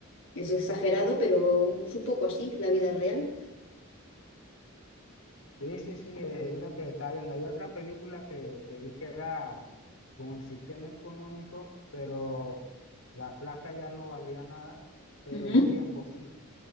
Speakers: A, on the left; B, on the left.
A: es exagerado, pero es un poco así la vida real.
B: Sí, sí, sí, es lo que está viendo. Hay otra película que, que vi que era con el sistema económico, pero la plata ya no valía nada, pero
A: Ujú.
B: el tiempo sí.